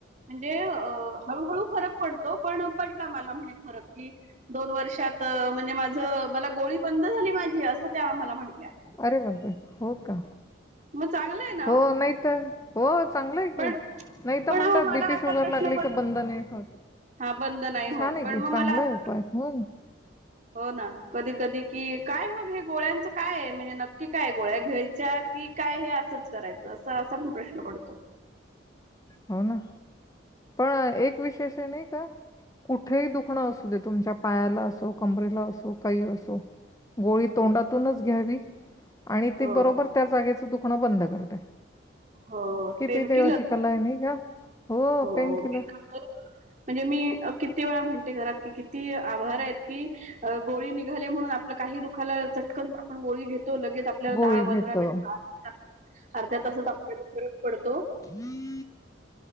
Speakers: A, on the right; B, on the left.
A: म्हणजे अ हळूहळू फरक पडतो पण पडला मला म्हणे फरक की, दोन वर्षात म्हणजे माझ मला गोळी बंद झाली माझी असं त्या आम्हाला म्हटल्या.
B: अरे बापरे हो का?
A: मग चांगलं आहे ना
B: हो नाही तर हो चांगलंय की,
A: पण
B: नाही तर
A: पण
B: म्हणतात
A: अहो मला
B: बीपी
A: असा
B: शुगर
A: प्रश्न
B: लागली
A: पडतो
B: क बंद नाही कर
A: हा बंद नाही होत
B: छान आहे
A: पण
B: की
A: मग
B: चांगलं
A: मला असा
B: आहे उपाय पण
A: हो ना कधी कधी की काय मग हे गोळ्यांचं काय आहे म्हणजे नक्की काय गोळ्या घ्यायच्या की काय हे असंच करायचं असं असा पण प्रश्न पडतो.
B: हो ना पण एक विशेष आहे नाही का? कुठेही दुखणं असू दे तुमच्या पायाला असो कमरेला असो काही असो, गोळी तोंडातूनच
A: हो
B: घ्यावी आणि ती
A: हो
B: बरोबर त्या जागेचं दुखणं बंद करते
A: हो
B: किती
A: पेनकिलर
B: देवाची कला आहे नि का
A: हो
B: पेन किलर
A: मी <unintelligible> करू म्हणजे मी किती वेळा म्हणते घरात की किती आभार आहेत की, अ गोळी निघाले म्हणून आपलं काही दुखाला चटकन आपण गोळी घेतो लगेच आपल्या
B: गोळी
A: दहा
B: घेतो
A: पंधरा मिनटात अर्ध्या <unintelligible> अर्ध्या तासात आपल्याला फरक पडतो.
B: हम्म